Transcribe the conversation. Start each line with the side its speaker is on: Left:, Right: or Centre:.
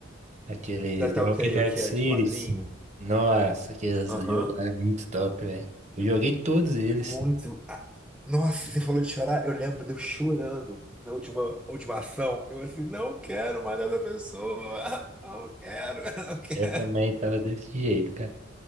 Right: aqueles
Centre: da Telltale,
Right: The Walking Dead
Centre: que
Right: series.
Centre: é de quadrinho.
Right: Nossa, aqueles
Centre: Aham.
Right: jogos lá é muito top, velho. Eu joguei todos eles.
Centre: Muito. Ah, nossa, você falou de chorar, eu lembro de eu chorando na última, última ação. Eu assim, não quero mais essa pessoa. <laughs> Não quero, <laughs> não quero.
Right: Eu também tava desse jeito, cara.